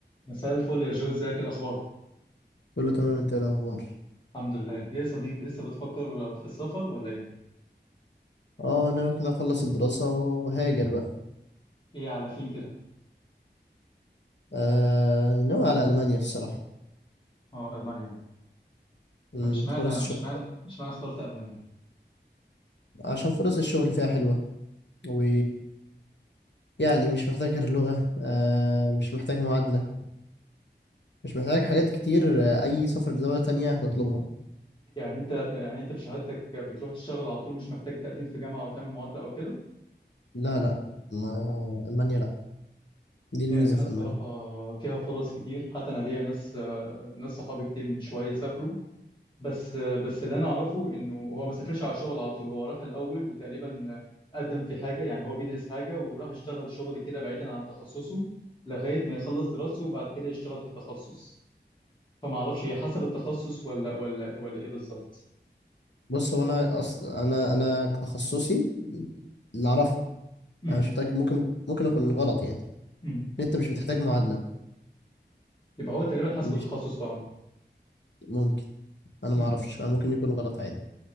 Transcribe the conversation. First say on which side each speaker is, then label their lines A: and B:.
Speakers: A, on the left (about 25°); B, on the left (about 70°).
A: مساء الفل يا جو ازيك إيه الاخبار
B: كله تمام انت ايه الاخبار
A: الحمد لله ايه يا صديقي لسه بتفكر في السفر ولا ايه
B: اه ناوي كده اخلص الدراسة وهاجر بقى
A: ايه على فين كده
B: آه ناوي على المانيا الصراحة
A: اه المانيا
B: مم،
A: طب مش معنى
B: فرص الشغل
A: مش معنى مش معنى اخترت المانيا
B: عشان فرص الشغل فيها حلوة و يعني مش محتاج غير لغة آه مش محتاج معادلة مش محتاج
A: مم.
B: حاجات كتير آه، اي سفر لدولة تانية هتطلبها
A: يعني انت يعني انت بشهادتك بتروح تشتغل على طول مش محتاج تقدم في جامعه او تعمل معادله او كده
B: لا لا ما المانيا لا دي الميزة
A: يعني المانيا
B: في
A: الصراحه
B: المانيا
A: فيها فرص كتير حتى انا ليا ناس آه، ناس صحابي كتير من شويه سافروا بس بس اللي انا اعرفه انه هو ما سافرش على شغل على طول هو راح الاول وتقريبا قدم في حاجه يعني هو بيدرس حاجه وراح اشتغل شغل كده بعيدا عن تخصصه لغايه ما يخلص دراسته وبعد كده يشتغل في التخصص فما اعرفش هي حسب التخصص ولا ولا ولا ايه بالظبط
B: بص هو انا اصلا انا انا تخصصي اللي اعرفه
A: امم
B: انا مش متأكد ممكن ممكن اكون غلط يعني ان
A: امم
B: انت مش بتحتاج معادلة
A: يبقى هو تقريبا حسب
B: مش
A: التخصص بقى
B: ممكن انا ما
A: امم
B: اعرفش انا ممكن يكون غلط عادي